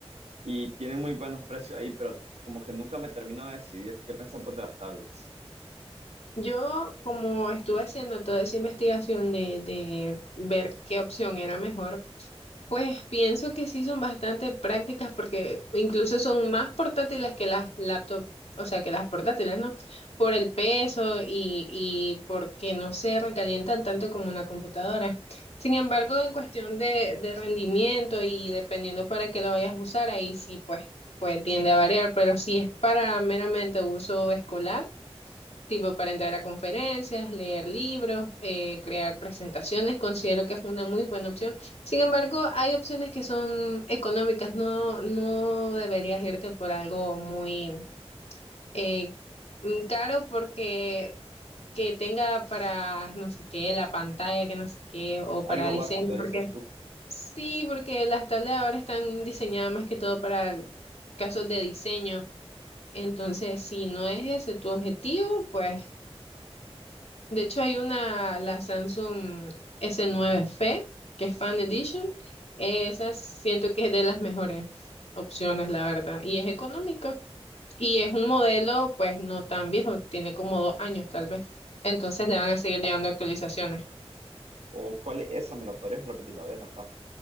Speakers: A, on the right; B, on the left.
A: Y tienen muy buenos precios ahí, pero como que nunca me termino de decidir. ¿Qué pensás vos de las tablets?
B: Yo, como estuve haciendo toda esa investigación de, de ver qué opción era mejor, pues pienso que sí son bastante prácticas porque incluso son más portátiles que las laptops, o sea, que las portátiles, ¿no? Por el peso y, y porque no se recalientan tanto como una computadora. Sin embargo, en cuestión de, de rendimiento y dependiendo para qué lo vayas a usar, ahí sí, pues, pues tiende a variar, pero si es para meramente uso escolar tipo para entrar a conferencias, leer libros, eh, crear presentaciones, considero que es una muy buena opción. Sin embargo, hay opciones que son económicas, no, no deberías irte por algo muy eh, mm, caro porque que tenga para no sé qué, la pantalla, que no sé qué, o para
A: Algo
B: diseño,
A: básico, dices
B: porque
A: tú.
B: sí, porque las tablets ahora están diseñadas más que todo para casos de diseño. Entonces, si no es ese tu objetivo, pues de hecho, hay una, la Samsung S9F, que es Fan Edition. Esa siento que es de las mejores opciones, la verdad. Y es económica. Y es un modelo, pues, no tan viejo. Tiene como dos años, tal vez. Entonces le van a seguir llegando actualizaciones.
A: ¿O cuál es esa? ¿Me la podrías repetir? La voy a anotar.